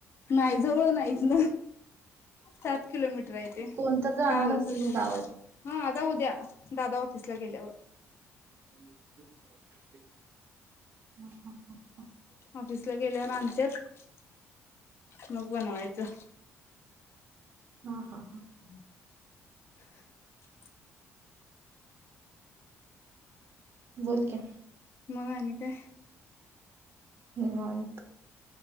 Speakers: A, on the left; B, on the right.
A: नाही जवळ नाहीच ना त्यात. किलोमीटर आहे ते
B: कोणत जाणार
A: गावच
B: असेल की गावात
A: हा आता उद्या. दादा ऑफिसला गेल्यावर.
B: <inaudible>
A: ऑफिसला गेल्यावर आनत्यात मग बनवायचं.
B: हा हा.
A: <inaudible>
B: हा
A: <inaudible>
B: बोल की.
A: मग आणी काय.
B: निवांत.